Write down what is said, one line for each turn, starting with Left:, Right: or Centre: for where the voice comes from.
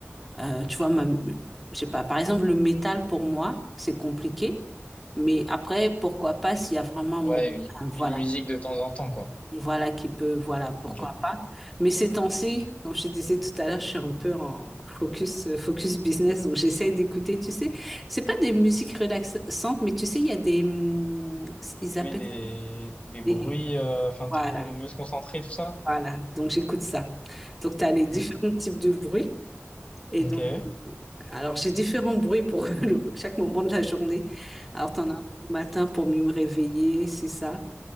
Centre: euh, tu vois, ma, je sais pas. Par exemple, le métal pour moi, c'est compliqué. Mais après, pourquoi pas s'il y a vraiment un
Left: Ouais,
Centre: mot,
Left: une,
Centre: un- voilà,
Left: une musique de temps en temps, quoi.
Centre: voilà qui peut, voilà, pourquoi
Left: Ok.
Centre: pas. Mais ces temps-ci, comme je te disais tout à l'heure, je suis un peu en focus, euh, focus business, donc j'essaie d'écouter, tu sais, c'est pas des musiques relaxantes, mais tu sais, il y a des, hum, ils appellent
Left: Oui, des,
Centre: ça
Left: des bruits,
Centre: des,
Left: euh, enfin,
Centre: voilà,
Left: trucs pour mieux se concentrer, tout ça?
Centre: voilà, donc j'écoute ça. Donc tu as les différents
Left: <laughs>
Centre: types de bruits, et
Left: Ok.
Centre: donc,
Left: Ouais,
Centre: alors j'ai différents bruits pour <laughs> le- chaque moment de la journée. Alors tu en as un au matin pour mieux me réveiller, c'est ça.